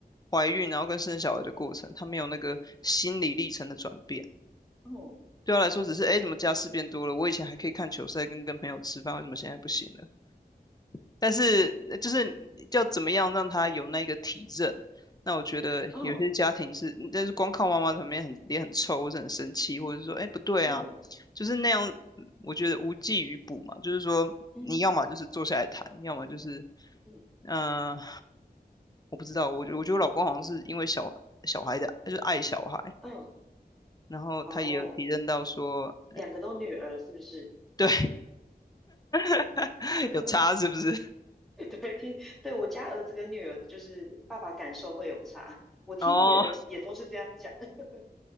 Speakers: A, on the left; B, in the centre.
A: 怀孕然后跟生小孩的过程，他没有那个心理历程的转变。
B: 嗯哦
A: 对他来说，只是哎诶，怎么家事变多了？我以前还可以看球赛，跟跟朋友吃饭，为什么现在不行了？但是呃就是要怎么样让他有那个体认？那我觉得有些家庭是，
B: 哦
A: 但是光靠妈妈他们也很也很臭，或者很生气，或者是说，哎，不对啊，
B: 哦，
A: 就是那样，我觉得无济于补嘛。就是说，
B: 嗯
A: 你要么就是坐下来谈，要么就是，
B: 嗯
A: 嗯、呃我不知道，我觉得我觉得我老公好像是因为小小孩的，就是爱小孩，
B: 哦
A: 然后他也有体认到说，
B: 哦，
A: 呃
B: 两个都女儿是不是？
A: 对，<laughs>
B: <laughs>
A: 有差是不是？<laughs>
B: <laughs> 对，听，对，我家儿子跟女儿，就是爸爸感受会有差。我听别人也都是这样讲。
A: 哦，
B: <laughs>